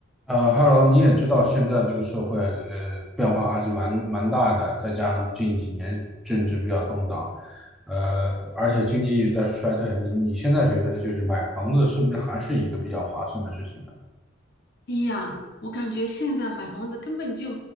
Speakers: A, in the centre; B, on the left.
A: 呃，Hello，你也知道现在这个社会，呃，变化还是蛮蛮大的，再加上近几年政治比较动荡，呃，而且经济一直在衰退，你你现在觉得就是买房子是不是还是一个比较划算的事情呢？
B: 哎呀，我感觉现在买房子根本就